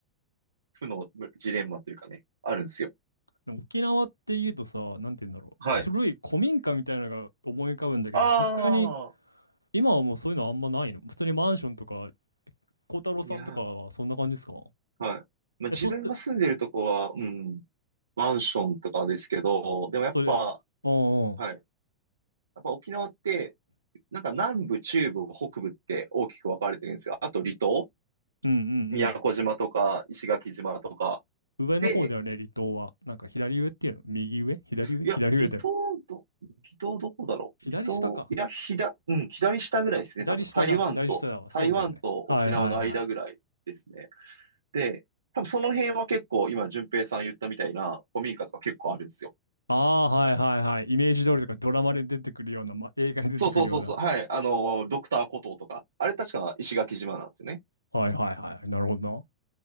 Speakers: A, on the right (about 70°); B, on the left (about 90°).
A: 負のジレンマというかね、あるんですよ。
B: でも沖縄って言うとさ、なんて言うんだろう。
A: はい。
B: 古い古民家みたいなのが思い浮かぶんだけど、
A: ああ、
B: さすがに今はもうそういうのあんまないの。普通にマンションとか、孝太郎さんとかはそんな感じですか
A: いやー、はい。まあ、
B: え、
A: 自分が住んでるとこは、
B: そうす、
A: うん、マンションとかですけど、でもやっぱ、
B: それ、うんうん、
A: はい。やっぱ沖縄って、なんか南部、中部、北部って大きく分かれてるんですよ。あと離島、
B: うんう
A: 宮古島とか、
B: ん
A: 石垣島とか。
B: うん。上の方だよね、
A: で、
B: 離島は。なんか左上っていうの右上左上左上だよね。
A: いや、離島ど、離島どこだろう離島、
B: 左下か。
A: いや、左、うん、左下ぐらいですね、
B: 左下だ、
A: 多分。台湾と、
B: 左下だわ。
A: 台湾と沖縄の間ぐらいですね。
B: そうだよね。はいはいはい。
A: で、多分その辺は結構今、淳平さん言ったみたいな古民家とか結構あるんですよ。
B: ああ、はいはいはい。イメージ通りとかドラマで出てくるような、ま映画に出てくるような。
A: そうそうそうそう。はい。あの、ドクターコトーとか。あれ確か石垣島なんですよね。
B: はいはいはい。なるほどな。